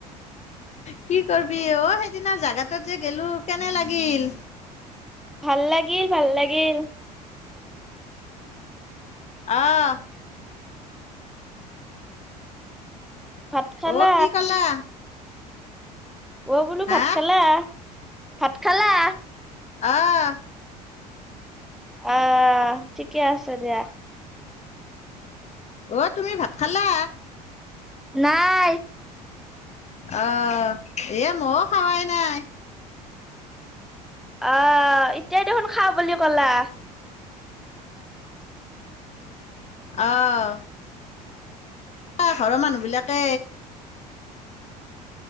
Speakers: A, on the left; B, in the centre.
A: কি কৰবি অ পিছদিনা জাগাটোত যে গলো কেনে লাগিল
B: ভাল লাগিল ভাল লাগিল
A: অহ
B: ভাত খালা
A: অ কি খালা
B: অ বোলো
A: হা
B: ভাত খালা ভাত খালা
A: অহ
B: অহ ঠিকে আছে দিয়া
A: অ তুমি ভাত খালা
B: নাই
A: অহ এ ময়ো খাৱাই নাই
B: অহ এতিয়াই দেখোন খা বুলি কলা
A: অহঁ প ঘৰৰ মানুহ বিলাকে